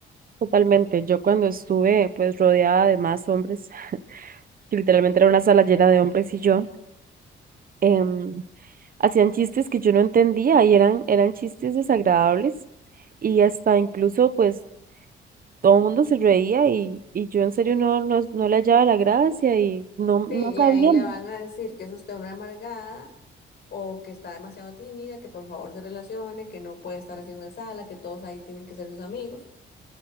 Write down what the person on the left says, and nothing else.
Sí,
y ahí le van a decir que es usted una amargada o que está demasiado tímida, que por favor se relacione, que no puede estar así en una sala, que todos ahí tienen que ser sus amigos,